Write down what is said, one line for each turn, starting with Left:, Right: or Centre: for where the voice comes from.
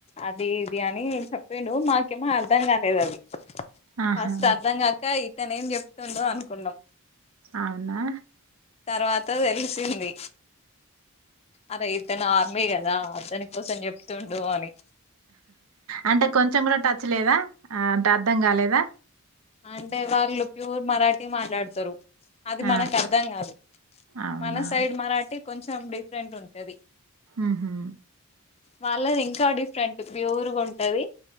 Left: అది ఇది అని చెప్ విను మాకేమో అర్ధం కాలేదు అది
Right: ఆహా
Left: ఫస్ట్ అర్ధం గాక ఇ తను ఏం చెప్తుండో అనుకున్నాం
Right: అవునా
Left: తర్వాత తెలిసింది అద ఇతను ఆర్మీ కదా అతను కోసం చెప్తుండు అని
Right: అంటే కొంచెం కూడా టచ్ లేదా అంటే అర్ధం కాలేదా
Left: అంటే ఇవాగలు ప్యూర్ మరాఠీ మాట్లాడతారు అది మనకు
Right: ఆహా
Left: అర్థం కాదు
Right: అవునా
Left: మన సైడ్ మరాఠీ కొంచెం డిఫరెంట్ ఉంటది
Right: ఉహు
Left: వాళ్ళది ఇంకా డిఫరెంట్ ప్యూర్గా ఉంటది